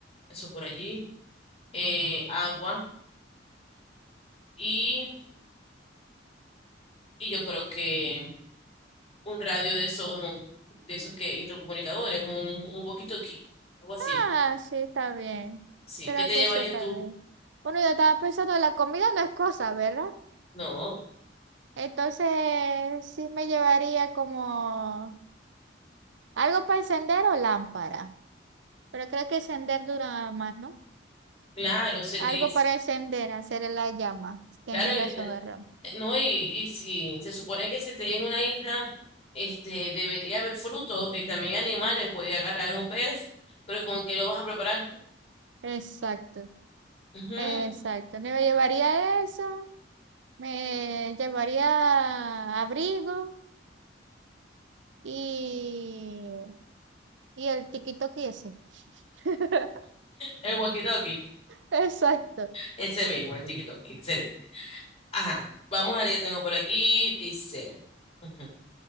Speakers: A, on the left; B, on the right.
A: eso por allí, eh, agua y, y yo creo que un radio de esos, de esos que intercomunicadores, un, un walkie-talkie, algo así.
B: Ah, sí, está bien.
A: Sí,
B: Creo
A: ¿qué te
B: que
A: llevarías
B: sí está
A: tú?
B: bien. Bueno, yo estaba pensando, la comida no es cosa, ¿verdad?
A: No,
B: Entonces, sí me llevaría como algo para encender o lámpara. Pero creo que encender dura más, ¿no?
A: claro, Cedric,
B: Algo para encender, hacer la llama. Tienes
A: claro, eh,
B: razón,
A: eh,
B: Ramos.
A: eh, no, y, y si se supone que se te en una isla, este, debería haber frutos y también animales, podía agarrar un pez, pero ¿con qué lo vas a preparar?
B: Exacto,
A: Ujú,
B: exacto. Me llevaría eso. Me llevaría abrigo y, y el tiki-toki ese. <laughs>
A: El walkie-talkie,
B: Exacto.
A: ese mismo, el tiki-talkie, excelente. Ajá, vamos a ver qué tengo por aquí. Dice, ujú,